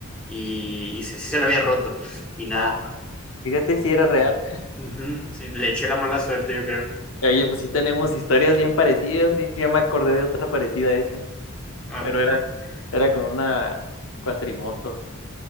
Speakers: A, in the centre; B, on the left.
A: y, y se, sí se le había roto y nada.
B: Ah, fíjate si era real.
A: Ujú, Sí, le eché la mala suerte, yo creo.
B: Oye, pues sí tenemos historias bien parecidas, sí, ya me acordé de otra parecida a esa,
A: ¿A
B: pero
A: poco?
B: era, era con una cuatrimoto.